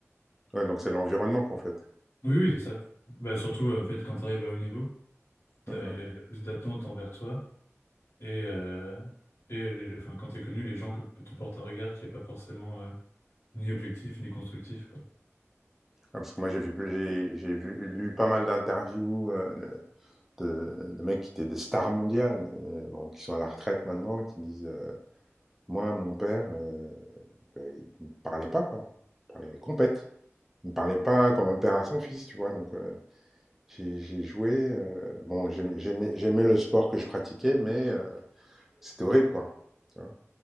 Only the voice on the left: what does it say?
Oui, oui, c'est ça. Bah, surtout, euh, en fait, quand tu arrives à haut niveau, t'as-
il y, a il y a plus d'attentes envers toi et, euh, et les, enfin, quand tu es connu, les gens que, te portent un regard qui n'est pas forcément euh, ni objectif ni constructif, quoi.